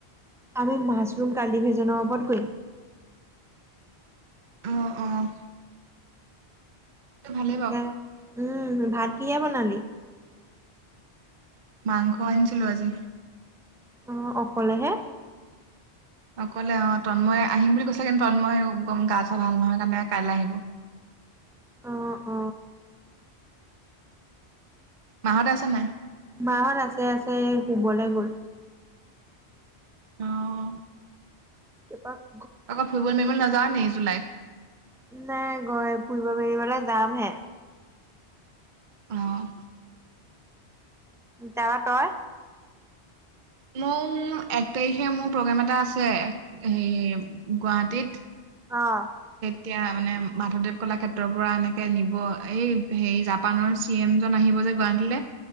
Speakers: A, in the centre; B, on the right.
A: আমি মাছৰুম কালি ভেজনৰ ওপৰত কৰিম।
B: অ'অ'। ভালে
A: তাকে
B: বাৰু।
A: উম ভাত কিহেৰে বনালি?
B: মাংস আনিছিলো আজি।
A: আহ অকলেহে
B: অকলে অ তন্ময় আহিম বুলি কৈছেে কিন্তু তন্ময় গম গা চা ভাল নহয় কাৰণে কাইলৈ আহিব
A: অ অ
B: মাহতে আছে নাই
A: মাহত আছে আছে এই শুবলৈ গ'ল
B: অহ
A: <unintelligible>
B: কত ফুৰিবলে মুৰিবলে নেযাওঁ নি জুলাইত
A: নাই গৈ ফুৰিব মেলিবলৈ যামহে
B: অহ
A: যাবা তই
B: মোৰ এক তাৰিখে মোৰ প্ৰগ্ৰেম এটা আছে হে গুৱাহাটীত
A: অ
B: এতিয়া মানে মাধৱদেৱ কলা ক্ষেত্ৰৰ পৰা এনেকে নিব এই হেৰি জাপানৰ চি এম জন আহিব যে গুৱাহাটীলৈ